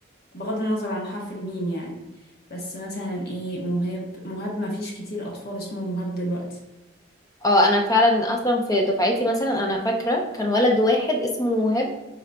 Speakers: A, on the left (about 55°); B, on the left (about 20°).
A: بغض النظر عن حرف الميم يعني بس مثلا ايه مهاب مهاب ما فيش كتير اطفال اسمه مهاب دلوقتي
B: اه أنا فعلا أصلا في دفعتي مثلا أنا فاكرة كان ولد واحد اسمه وهاب